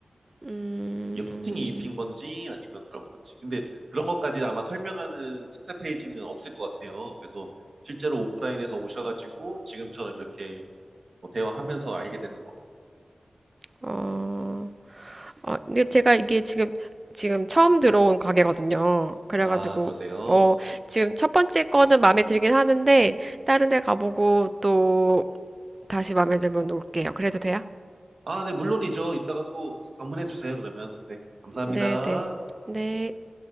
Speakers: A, on the right; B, on the right.
A: 음,
B: 이게 코팅이 입힌 건지 아니면 그런 건지. 근데 그런 것까지 아마 설명하는 상세 페이지는 없을 것 같아요. 그래서 실제로 오프라인에서 오셔가지고 지금처럼 이렇게 뭐 대화하면서 알게 되는 거고.
A: 어, 아, 근데 제가 이게 지금 지금 처음 들어온 가게거든요. 그래가지고
B: 아, 그러세요?
A: 뭐 지금 첫 번째 거는 마음에 들긴 하는데 다른 데 가보고 또 다시 마음에 들면 올게요. 그래도 돼요?
B: 아, 네, 물론이죠. 이따가 또 방문해 주세요, 그러면. 네, 감사합니다.
A: 네, 네. 네.